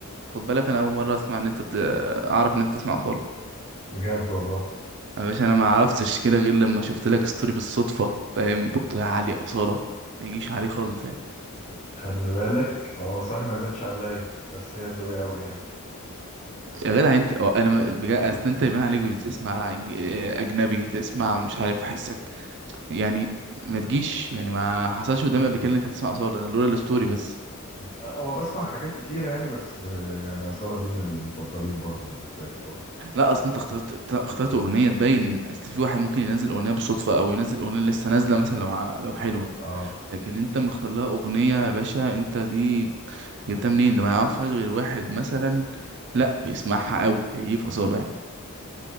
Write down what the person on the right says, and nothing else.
خد بالك انا اول مره اسمع ان انت بت... اعرف ان انت تسمع اصاله
يا باشا انا ما عرفتش كده غير لما شفت لك ستوري بالصدفه فاهم يا علي اصاله ما يجيش عليه خالص يعني
يا جدع انت أو انا م- بجد اصل انت يبان عليك بتسمع إنج- اجنبي تسمع مش عارف احسك يعني ما تجيش يعني ما حصلش قدامي قبل كده ان انت تسمع اصاله انا لولا الستوري بس
لا اصل انت اخترت أنت اخترت اغنيه تبين اصل في واحد ممكن ينزل اغنيه بالصدفه او ينزل اغنيه لسه نازله مثلا لو ع- لو حلوه
لكن انت مختار لها اغنيه يا باشا انت دي جبتها منين ده ما يعرفهاش غير واحد مثلا لا بيسمعها قوي كيف اصاله يعني